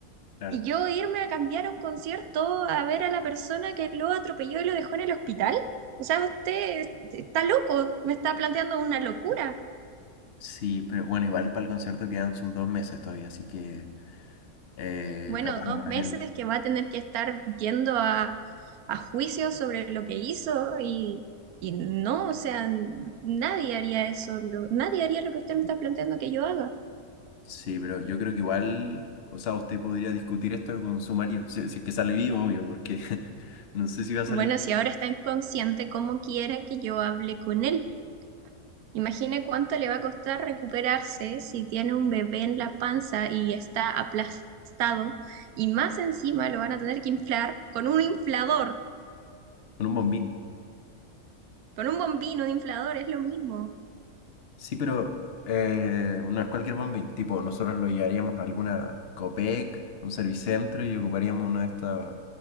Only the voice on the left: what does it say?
claro.
Sí, pero bueno, igual para el concierto quedan sus dos meses todavía, así que eh,
capaz
no
es él.
Sí, pero yo creo que igual, o sea, usted podría discutir esto con su marido, si, si es que sale vivo, obvio, porque <laughs> no sé si va a salir
con un bombín.
Sí, pero eh, no es cualquier bombín, tipo, nosotros lo llevaríamos a alguna Copec, un servicentro y ocuparíamos uno de estos